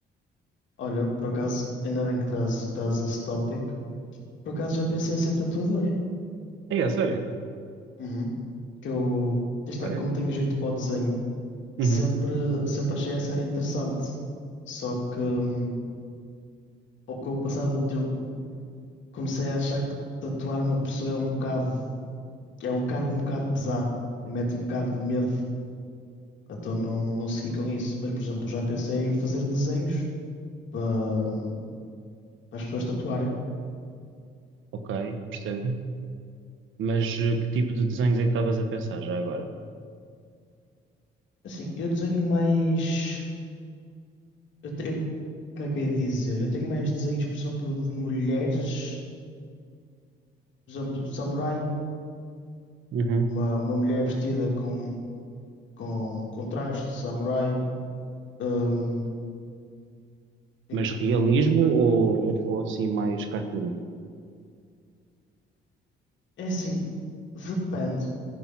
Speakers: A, on the left; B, on the right.
A: Olha, por acaso, ainda bem que traz, traz esse tópico. Por acaso já pensei em ser tatuador.
B: É, é sério?
A: Uhum. Que eu, isto
B: Ok.
A: é, como tenho jeito para o desenho, sempre,
B: Uhum,
A: sempre achei essa área interessante. Só que, hum, ao- com o passar do tempo, comecei a achar que tatuar uma pessoa é um bocado, é um cargo um bocado pesado e mete um bocado de medo. Então não, não segui com isso. Mas, por exemplo, já pensei em fazer desenhos para, hum, para as pessoas tatuarem.
B: ok, percebo. Mas eh, que tipo de desenhos é que estavas a pensar já agora?
A: Assim, eu desenho mais. Eu, te- eu- como é que eu ia dizer? Eu tenho mais desenhos, por exemplo, de mulheres, por exemplo, samurai,
B: Uhum,
A: uma, uma mulher vestida com, com, com traje de samurai. Hum, é,
B: Mas realismo ou, ou, ou assim mais cartoon?
A: é assim, depende.